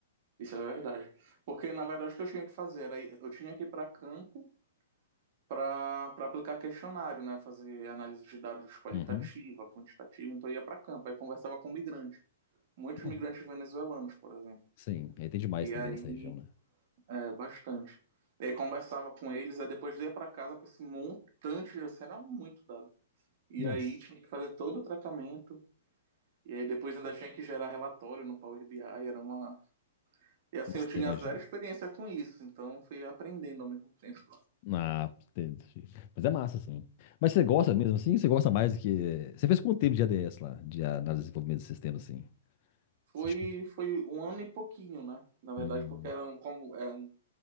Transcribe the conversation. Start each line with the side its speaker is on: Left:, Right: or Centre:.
Right: Isso é verdade. Porque, na verdade, o que eu tinha que fazer era, ir- eu tinha que ir para campo para para aplicar questionário, né, fazer análise de dados qualitativa,
Left: Uhum.
Right: quantitativa, então eu ia para campo, aí conversava com migrante muitos
Left: Não,
Right: migrantes venezuelanos, por exemplo.
Left: Sim, aí tem demais
Right: E
Left: também
Right: aí
Left: nessa região, né?
Right: É, bastante. E aí conversava com eles, aí depois ia pra casa com esse montante de assim, era muito dado. E
Left: Nossa.
Right: aí tinha que fazer todo o tratamento, e aí depois ainda tinha que gerar relatório no Power BI, era uma. E assim,
Left: Nossa,
Right: eu tinha
Left: até imagino.
Right: zero experiência com isso, então fui aprendendo ao mesmo tempo.
Left: Ah, entendi. Mas é massa, assim. Mas você gosta mesmo, assim? Você gosta mais do que... Você fez quanto tempo de ADS lá? De análise de desenvolvimento de sistema, assim?
Right: Foi,
Left: Você... chegou-
Right: foi um ano e pouquinho, né? Na verdade,
Left: Hum.
Right: porque era um, como, é um